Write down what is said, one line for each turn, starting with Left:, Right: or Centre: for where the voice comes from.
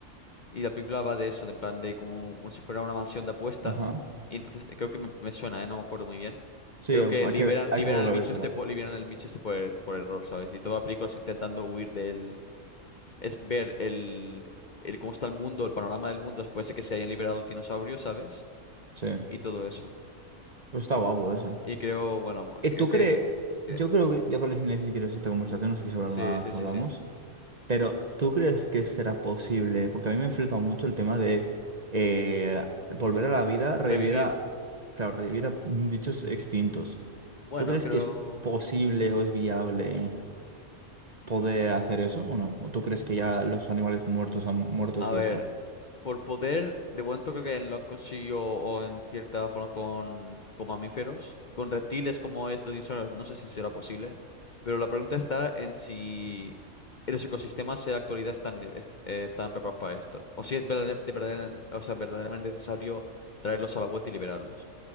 Left: Y la película va de eso, de en plan de como un- si fuera una mansión de apuestas.
Right: ajá.
Left: Y entonces eh, creo que me, me suena, ¿eh? No me acuerdo muy bien.
Right: Sí,
Left: Creo que
Right: hay
Left: liberan,
Right: que, hay
Left: liberan
Right: que volver
Left: al bicho
Right: a vérsela.
Left: este, po- liberan al bicho este por, er- por error, ¿sabes? Y toda la película es intentando huir del... Es ver el, el cómo está el mundo, el panorama del mundo después de que se hayan liberado los dinosaurios, ¿sabes?
Right: Sí,
Left: y todo eso.
Right: pues está guapo eso.
Left: Y creo, bueno,
Right: Eh,
Left: creo
Right: ¿Tú
Left: que,
Right: crees?
Left: que,
Right: Yo creo que ya para el final, si quieres esta conversación, no sé si quieres hablar
Left: sí,
Right: más,
Left: sí, sí,
Right: hablamos.
Left: sí.
Right: Pero ¿tú crees que será posible? Porque a mí me flipa mucho el tema de eh, volver a la vida,
Left: Revivir.
Right: revivir a, claro, revivir a dichos extintos.
Left: Bueno,
Right: ¿Tú crees
Left: creo,
Right: que es posible o es viable poder hacer eso o no? ¿O tú
Left: Mm.
Right: crees que ya los animales muertos han muertos
Left: a
Right: y
Left: ver,
Right: ya está?
Left: por poder, de momento creo que lo han conseguido o en cierta forma con, con mamíferos, con reptiles como estos dinosaurios, no sé si será posible, pero la pregunta está en si los ecosistemas en la actualidad están, eh, est- eh, están preparados para esto, o si es verdader- de verdader- o sea, verdaderamente necesario traerlos a la vuelta y liberarlos.